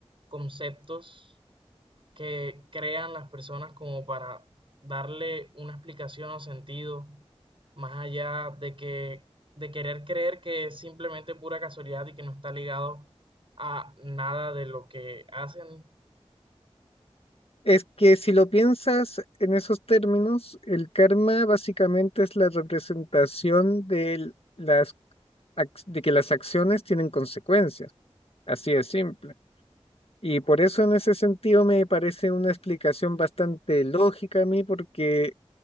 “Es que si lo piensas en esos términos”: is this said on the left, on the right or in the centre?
Left